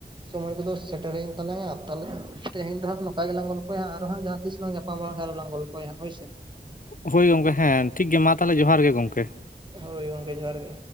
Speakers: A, on the right (about 25°); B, on the left (about 55°).
A: ᱥᱚᱢᱚᱭ ᱠᱚᱫᱚ ᱥᱮᱴᱮᱨᱮᱱ ᱛᱟᱞᱟᱝᱟ ᱛᱟᱞᱦᱮ ᱛᱮᱦᱮᱧ ᱫᱚᱦᱚᱸ ᱱᱚᱠᱟ ᱜᱮᱞᱟᱝ ᱜᱚᱞᱯᱷᱚᱭᱟ ᱟᱨᱦᱚᱸ ᱦᱟᱸᱜ ᱡᱟᱦᱟᱸ ᱛᱤᱥ ᱾ ᱞᱟᱯᱟᱢ ᱢᱟᱨᱟᱝ ᱟᱨᱦᱚᱸ ᱞᱟᱝ ᱜᱚᱞᱯᱷᱚᱭᱟᱦᱟᱸᱜ ᱦᱳᱭ ᱥᱮ᱾
B: ᱦᱳᱭ ᱜᱚᱝᱠᱮ ᱦᱮᱸ, ᱴᱷᱤᱠ ᱜᱮ ᱢᱟ ᱛᱟᱦᱚᱞᱮ ᱡᱚᱦᱟᱨ ᱜᱮ ᱜᱚᱝᱠᱮ᱾
A: ᱦᱳᱭ ᱜᱚᱝᱠᱮ ᱡᱚᱦᱟᱨ ᱜᱮ᱾